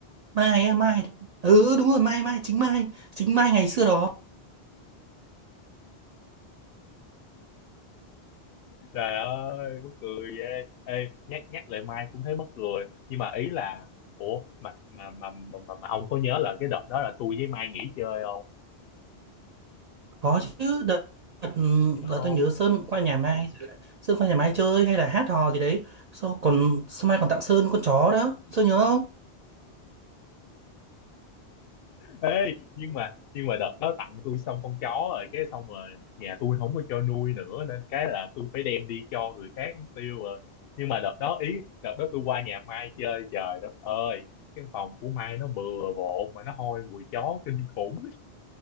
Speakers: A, on the right; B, on the left.
A: Mai á, Mai ừ đúng rồi Mai Mai chính Mai chính Mai ngày xưa đó
B: Trời ơi, mắc cười ghê. Ê, nhắc nhắc lại Mai cũng thấy mắc cười. Nhưng mà ý là ủa mà mà mà mà, mà, mà ông có nhớ là cái đợt đó là tôi với Mai nghỉ chơi không?
A: Có chứ, đợt, đợt,
B: Nhớ không?
A: đợt tôi nhớ Sơn cũng qua nhà Mai, rồi là Sơn qua nhà Mai chơi hay là hát hò gì đấy. Sau còn sau Mai còn tặng Sơn con chó đó, Sơn nhớ không?
B: Ê, nhưng mà nhưng mà đợt đó tặng tôi xong con chó rồi cái xong rồi nhà tôi không có cho nuôi nữa nên cái là tôi phải đem đi cho người khác tiêu rồi. Nhưng mà đợt đó ý đợt đó tôi qua nhà Mai chơi trời đất ơi, cái phòng của Mai nó bừa bộn mà nó hôi mùi chó kinh khủng.